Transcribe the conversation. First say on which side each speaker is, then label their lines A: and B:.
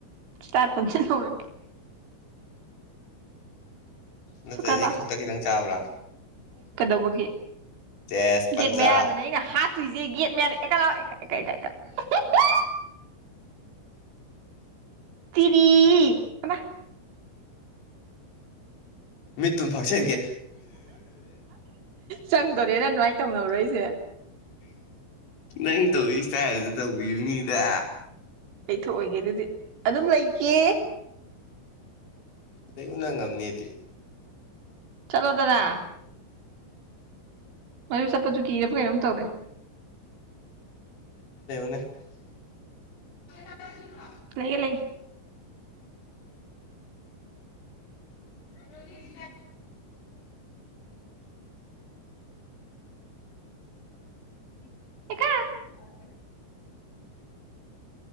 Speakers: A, on the right; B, on the left.
A: ꯁꯇꯥꯔ ꯐꯝꯁꯤꯟꯍꯧꯔꯒꯦ
B: ꯅꯠꯇ꯭ꯔꯗꯤ
A: ꯁꯨꯀꯥ ꯂꯥꯛꯑꯣ
B: ꯈꯧꯇꯛ ꯈꯤꯇꯪ ꯆꯥꯕ꯭ꯔꯥ
A: ꯀꯩꯗꯧꯕꯒꯤ
B: ꯇꯦꯁ ꯄꯟꯖꯥ
A: ꯒꯦꯠ ꯃꯌꯥꯗꯅꯦ ꯑꯩꯅ ꯍꯥꯠꯇꯣꯏꯁꯦ ꯒꯦꯠ ꯑꯦꯀꯥ ꯑꯦꯀꯥ ꯑꯦꯀꯥ ꯍꯦ ꯍꯦ ꯍꯦ ꯇꯤꯔꯤ ꯍꯩꯃꯥ
B: <inaudible> ꯃꯤꯠꯇꯨꯝ ꯐꯥꯛꯁꯟꯒꯦ
A: ꯆꯪꯗꯣꯔꯦꯅ ꯑꯗꯨꯃꯥꯏꯅ ꯇꯧꯅꯕꯔꯣ ꯍꯥꯏꯁꯦ
B: ꯅꯪ ꯇꯧꯏ ꯁꯇꯥꯏꯜꯗꯨꯗ ꯇꯧꯕꯤꯕꯅꯤꯗ
A: ꯇꯩꯊꯣꯛꯑꯣꯏꯒꯦ ꯑꯗꯨꯗꯤ ꯑꯗꯨꯝ ꯂꯩꯒꯦ
B: ꯂꯩꯩꯌꯨꯅ ꯉꯝꯅꯦꯗꯤ
A: ꯆꯠꯂꯣꯗꯅ ꯃꯗꯨ ꯆꯞꯄꯁꯨ ꯀꯤꯔꯕ ꯀꯩꯅꯣꯝ ꯇꯧꯔꯦ
B: <unintelligible>
A: ꯂꯩꯌꯦ ꯂꯩ
B: <inaudible> <inaudible>
A: ꯑꯦꯀꯥ